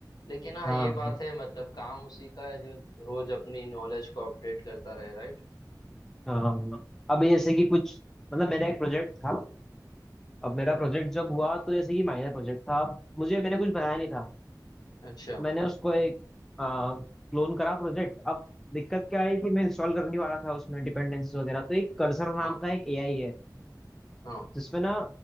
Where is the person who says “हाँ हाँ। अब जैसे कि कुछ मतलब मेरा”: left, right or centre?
Centre